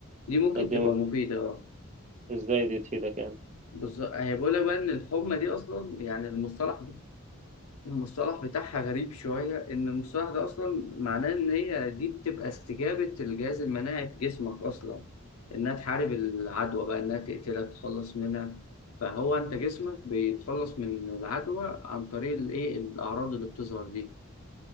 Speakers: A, on the left (about 85°); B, on the right (about 30°).
A: دي ممكن
B: ده بدي
A: تبقى
B: مف-
A: مفيده اه
B: إزاي دي تفيدك يعني
A: بالظبط هي بقول لك بقى ان الحمى دي اصلا يعني المصطلح المصطلح بتاعها غريب شويه ان المصطلح ده اصلا معناه ان هي دي بتبقى استجابه الجهاز المناعي في جسمك اصلا انها تحارب العدوى بقى انها تقتلها تتخلص منها فهو انت جسمك بيتخلص من العدوى عن طريق الايه الاعراض اللي بتظهر دي